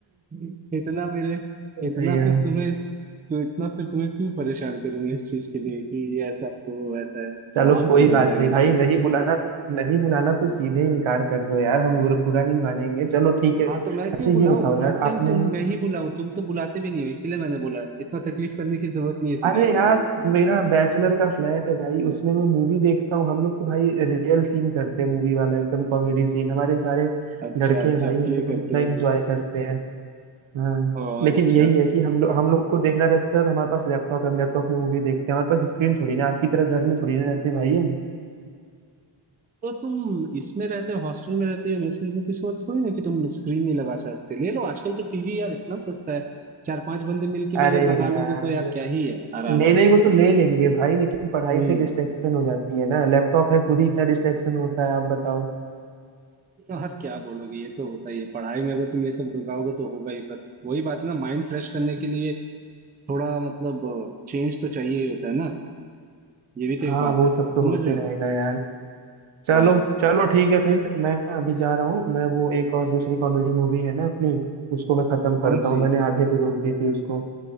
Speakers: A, on the right; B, on the right.
A: <laughs> इतना मेरे
B: नहीं
A: इतना
B: यार
A: फिर तुम्हें तो इतना फिर तुम्हें क्यों परेशान करूंगा इस चीज के लिए कि ये ऐसा हो वैसा है
B: चलो
A: आराम
B: कोई
A: से हो
B: बात
A: जाएगा
B: नहीं भाई
A: यार
B: नहीं बुलाना नहीं बुलाना तो सीधे इनकार कर दो यार हम बुरा बुरा नहीं मानेंगे चलो ठीक है अच्छा
A: हाँ तो मैं क्यों बुलाऊं
B: ये बताओ यार
A: हर टाइम
B: आपने
A: तुम मैं ही बुलाऊं तुम तो बुलाते भी नहीं हो इसलिए मैंने बोला इतना तकलीफ करने की जरूरत नहीं है तुम्हें
B: अरे
A: आने
B: यार
A: के लिए
B: मेरा बैचलर का फ्लैट है भाई उसमें मैं मूवी देखता हूँ हम लोग तो भाई रियल सीन करते हैं मूवी वाला एकदम कॉमेडी सीन हमारे सारे
A: अच्छा
B: लड़के
A: अच्छा
B: हैं भाई हम
A: प्ले
B: लोग
A: करते
B: इतना एंजॉय
A: हो
B: करते हाँ
A: ओ
B: लेकिन
A: अच्छा
B: यही है कि हम लोग हम लोग को देखना रहता है तो हमारे पास लैपटॉप है हम लैपटॉप में मूवी देखते हैं हमारे पास स्क्रीन थोड़ी ना आपकी तरह घर में थोड़ी ना रहते भाई हम
A: तो तुम इसमें रहते हो हॉस्टल में रहते हो मेस में रहते हो तो इसका मतलब थोड़ी ना कि तुम स्क्रीन नहीं लगा सकते ले लो आजकल तो टीवी यार इतना सस्ता है चार पांच बंदे मिलके भी
B: अरे
A: अगर लगा
B: यार
A: लोगे तो यार क्या ही है आराम
B: लेने
A: से
B: को तो ले लेंगे भाई लेकिन पढ़ाई
A: हम्म
B: से डिस्ट्रैक्शन हो जाती है ना लैपटॉप है खुद ही इतना डिस्ट्रैक्शन होता है आप बताओ
A: तो यार क्या बोलोगे ये तो होता ही है पढ़ाई में अगर तुम ये सब ढुकाओगे तो होगा ही पर वही बात है ना माइंड फ्रेश करने के लिए थोड़ा मतलब चेंज तो चाहिए ही होता है ना ये भी तो
B: हाँ
A: एक बात
B: वो
A: है
B: सब तो
A: समझ
B: होते
A: रहे हो
B: रहेगा यार चलो
A: हाँ
B: चलो ठीक है फिर मैं ना अभी जा रहा हूँ मैं वो एक और दूसरी कॉमेडी मूवी है ना अपनी उसको मैं खत्म
A: कौन
B: करता
A: सी
B: हूँ मैंने आधे पे रोक दी थी उसको